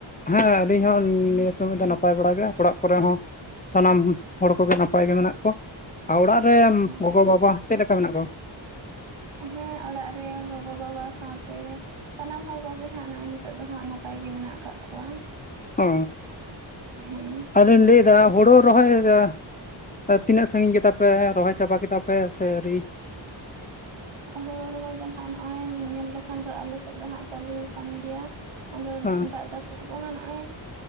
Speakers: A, on the left (about 20°); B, on the right (about 80°).
A: ᱦᱮᱸ ᱟᱹᱞᱤᱧ ᱦᱚᱸ ᱱᱤᱭᱟᱹ ᱥᱚᱢᱚᱭ ᱫᱚ ᱱᱟᱯᱟᱭ ᱵᱟᱲᱟ ᱜᱮ ᱚᱲᱟᱜ ᱠᱚᱨᱮ ᱦᱚᱸᱼᱼ ᱥᱟᱱᱟᱢ ᱦᱚᱲ ᱠᱚᱜᱮ ᱱᱟᱯᱟᱭ ᱜᱮ ᱢᱮᱱᱟᱜ ᱠᱚᱣᱟ ᱟᱨ ᱚᱲᱟᱜ ᱨᱮᱼᱼ
B: ᱟᱪᱪᱷᱟ
A: ᱜᱚᱜᱚ ᱵᱟᱵᱟ ᱪᱮᱫ ᱞᱮᱠᱟ ᱢᱮᱱᱟᱜ ᱠᱚᱣᱟ?
B: ᱦᱮᱸ ᱚᱲᱟᱜ ᱨᱮ ᱜᱚᱜᱚ ᱵᱟᱵᱟ ᱥᱟᱶᱛᱮ ᱥᱟᱱᱟᱢ ᱦᱚᱲ ᱠᱚᱜᱮ ᱦᱟᱸᱜ ᱱᱚᱜᱚᱭᱼᱼ ᱱᱤᱛᱚᱜ ᱫᱚ ᱦᱟᱸᱜ ᱱᱟᱯᱟᱭ ᱜᱮ ᱢᱮᱱᱟᱜ ᱟᱠᱟᱜ ᱠᱚᱣᱟ᱾
A: ᱚᱻ
B: ᱦᱮᱸ᱾
A: ᱟᱫᱚ ᱞᱤᱧ ᱞᱟᱹᱭ ᱮᱫᱟ ᱦᱳᱲᱩ ᱨᱚᱦᱚᱭᱟ ᱛᱤᱱᱟᱹᱜ ᱥᱟᱺᱜᱤᱧ ᱠᱮᱫᱟ ᱯᱮ ᱨᱚᱦᱚᱭ ᱪᱟᱵᱟ ᱠᱮᱫᱟ ᱯᱮ ᱥᱮ ᱟᱣᱨᱤ?
B: ᱦᱳᱲᱩ ᱨᱚᱦᱚᱭ ᱫᱚ ᱦᱟᱸᱜ ᱱᱚᱜᱼᱚᱭ ᱧᱮᱞ ᱞᱮᱠᱷᱟᱱ ᱫᱚ ᱟᱞᱮ ᱥᱮᱫ ᱫᱚ ᱦᱟᱸᱜ ᱪᱟᱹᱞᱩ ᱟᱠᱟᱱ ᱜᱮᱭᱟ᱾ ᱟᱫᱚ
A: ᱦᱮᱸ
B: ᱫᱟᱜ ᱡᱟᱹᱯᱩᱫ ᱠᱚᱦᱚ ᱱᱚᱜᱼᱚᱭ